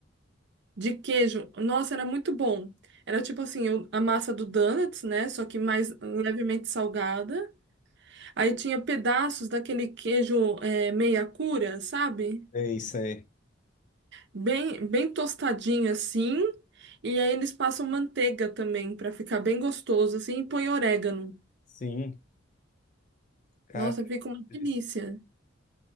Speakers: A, on the right; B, on the left.
A: De queijo, nossa, era muito bom. Era tipo assim, o- a massa do donuts, né? Só que mais levemente salgada. Aí tinha pedaços daquele queijo, é, meia cura, sabe?
B: Sei, sei.
A: Bem, bem tostadinho assim. E aí eles passam manteiga também para ficar bem gostoso assim e põe orégano.
B: Sim, cara.
A: Nossa, fica uma
B: delícia.
A: delícia.